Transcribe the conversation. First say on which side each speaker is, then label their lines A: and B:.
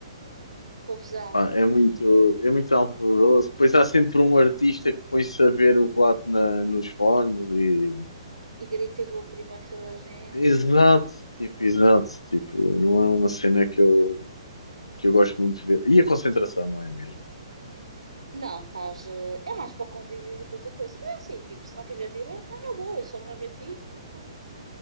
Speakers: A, on the right; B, on the left.
A: Confusão.
B: Pá, é muito, é muito alvoroço. Depois há sempre um artista que põe-se a ver o relato na, nos fones e...
A: E grita e prima que toda a gente.
B: Exato, tipo, exato. Tipo, não é uma cena que eu, que eu gosto muito de ver. E a concentração, não é mesmo?
A: Não, estás. eh, É mais para o convívio do que outra coisa. Mas é assim, tipo, se não quiseres ir, é não, na boa, eu só me lembro a ti, tipo, que.